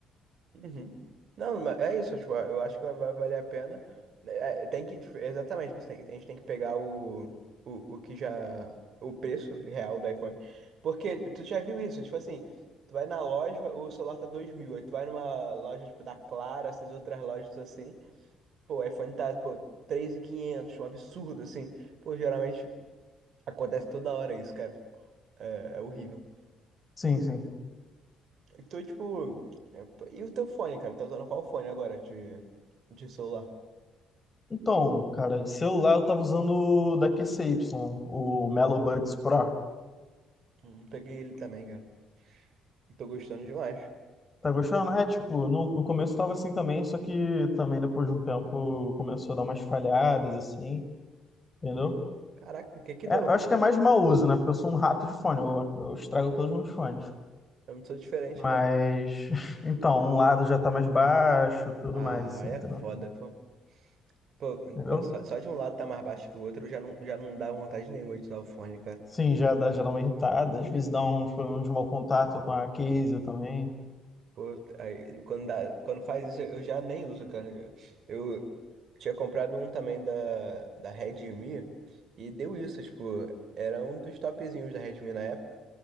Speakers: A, on the right; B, on the left.
A: Uhum. Não, mas é isso, tipo, eu acho que vai, vai valer a pena. É, é, tem que, tipo, exatamente, você tem, a gente tem que pegar o, o, o que já, o preço real do iPhone. Porque tu já viu isso, tipo assim, tu vai na loja, o celular tá dois mil, aí tu vai numa loja, tipo, da Clara, essas outras lojas assim, pô, o iPhone tá, pô, 3.500, um absurdo, assim. Pô, geralmente acontece toda hora isso, cara. É, é horrível.
B: Sim, sim.
A: Então, tipo, é, e o teu fone, cara? Tá usando qual fone agora de, de celular?
B: Então, cara, de celular eu tava usando o da QCY, o Melo Buds Pro.
A: Hum, peguei ele também, cara. E tô gostando demais.
B: Tá gostando? É, tipo, no, no começo tava assim também, só que também depois de um tempo começou a dar umas falhadas, assim, entendeu?
A: Caraca, o que que deu?
B: É, eu acho que é mais mau uso, né? Porque eu sou um rato de fone, eu, eu estrago todos os meus fones.
A: Eu não sou diferente,
B: Mas,
A: não.
B: <laughs> então, um lado já tá mais baixo, tudo
A: Ah,
B: mais, assim,
A: é
B: entendeu?
A: foda, pô. Pô, em
B: Entendeu?
A: qua- só, só de um lado tá mais baixo que o outro, já não, já não dá vontade nenhuma de usar o fone, cara.
B: Sim, já dá, já dá uma irritada, às vezes dá uns problemas de mau contato com a case também.
A: Pô, aí, quando dá, quando faz isso, eu já nem uso, cara. Eu tinha comprado um também da, da Redmi e deu isso, tipo, era um dos topzinhos da Redmi na época.